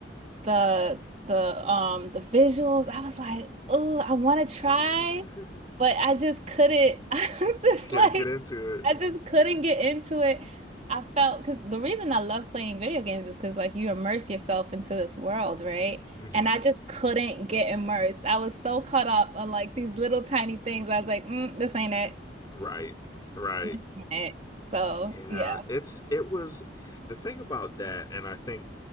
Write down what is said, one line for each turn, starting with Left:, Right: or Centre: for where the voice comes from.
Right: the the um the visuals. I was like, oh, I want to try,
Left: <laughs>
Right: but I just couldn't. <laughs> I just
Left: Can
Right: like
Left: I get into it?
Right: I just couldn't get into it. I felt because the reason I love playing video games is because like you immerse yourself into this world, right?
Left: Mm-hmm.
Right: And I just couldn't get immersed. I was so caught up on like these little tiny things. I was like, mm, this ain't it.
Left: Right, right.
Right: This ain't it. So
Left: Yeah,
Right: yeah.
Left: it's it was the thing about that, and I think